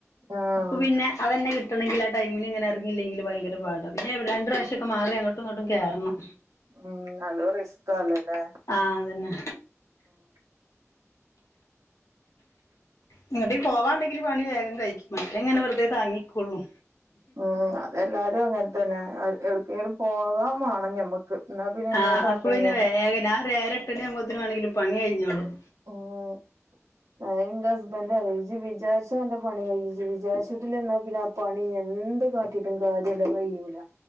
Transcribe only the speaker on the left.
അപ്പൊ പിന്നെ അതന്നെ കിട്ടണമെങ്കിൽ ആ ടൈമിൽ ഇങ്ങനെ ഇങ്ങില്ലെങ്കിൽ ഭയങ്കര പാടാണ്പിന്നെ <unintelligible> ഒക്കെ മാറി ഇങ്ങോട്ടും ഇങ്ങോട്ടും കേറണം
ആഹ അതന്നെ
ഇങ്ങോട്ടേലും പോവാണ്ടെങ്കില് പണി വേഗം കഴിക്കും മറ്റത് ഇങ്ങനെ വെറുതെ താങ്ങിക്കൊള്ളൂ
ആ
അപ്പൊ
ഇന്ന ഒരേഴ് ഞാൻ ഒരേഴര എട്ടുമണിയാമ്പഴ്ത്തേന് വേണങ്കിലും പണികഴിഞ്ഞോളും